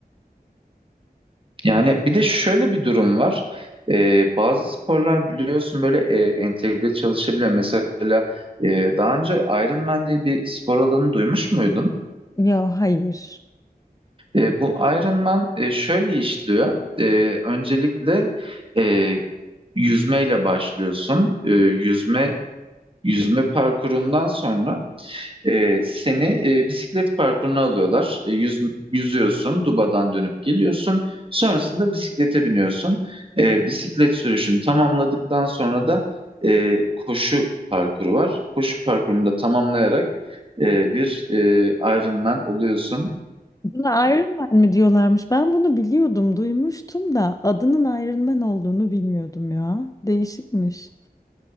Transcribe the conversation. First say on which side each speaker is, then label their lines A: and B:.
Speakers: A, on the right (about 35°); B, on the left (about 20°).
A: Yani bir de şöyle bir durum var. E, bazı sporlar biliyorsun böyle e, entegre çalışabiliyor. Mesela e, daha önce Ironman diye bir spor alanı duymuş muydun?
B: Ya hayır.
A: E, bu Iron Man e, şöyle işliyor. E, öncelikle e, yüzmeyle başlıyorsun. E, yüzme yüzme parkurundan sonra e, seni e, bisiklet parkuruna alıyorlar. E, yüz, yüzüyorsun, dubadan dönüp geliyorsun. Sonrasında bisiklete biniyorsun. E, bisiklet sürüşünü tamamladıktan sonra da e, koşu parkuru var. Koşu parkurunu da tamamlayarak e, bir e, Iron Man oluyorsun.
B: Buna Iron Man mi diyorlarmış? Ben bunu biliyordum, duymuştum da adının Iron Man olduğunu bilmiyordum ya. Değişikmiş.